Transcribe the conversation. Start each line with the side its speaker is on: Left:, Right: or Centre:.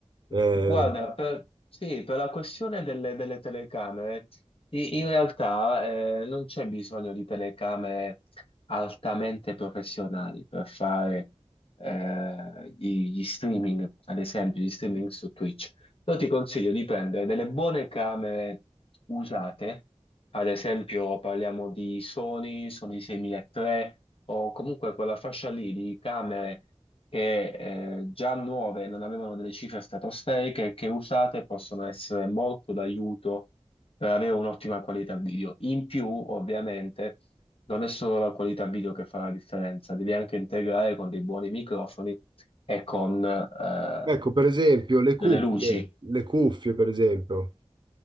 Right: Eh,
Left: Guarda, per, sì, per la questione delle, delle telecamere, i- in realtà eh, non c'è bisogno di telecamere altamente professionali per fare eh, gli, gli streaming, ad esempio, gli streaming su Twitch. Io ti consiglio di prendere delle buone camere usate, ad esempio parliamo di Sony, Sony 6003 o comunque quella fascia lì di camere che eh, già nuove non avevano delle cifre stratosferiche e che usate possono essere molto d'aiuto per avere un'ottima qualità video. In più, ovviamente, non è solo la qualità video che fa la differenza, devi anche integrare con dei buoni microfoni e con eh,
Right: ecco, per esempio, le cuffie,
Left: delle luci.
Right: le cuffie, per esempio.